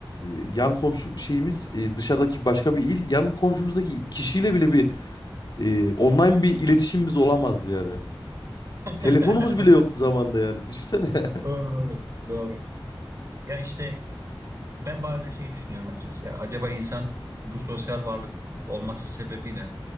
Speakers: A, on the left; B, on the right.
A: e, yan komşu şeyimiz e, dışarıdaki başka bir il yan komşumuzdaki kişiyle bile bir e, online bir iletişimimiz olamazdı yani.
B: <laughs>
A: Telefonumuz bile yoktu zamanda yani düşünsene.
B: Doğru
A: <laughs>
B: doğru. Doğru. Ya işte ben bazen şeyi düşünüyorum açıkçası ya. Acaba insan bu sosyal varlık olması sebebiyle